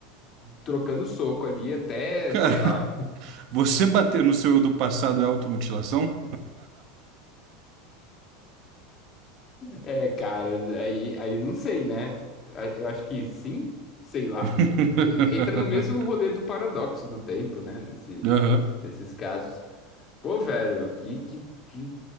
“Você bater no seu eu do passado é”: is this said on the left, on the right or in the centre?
Right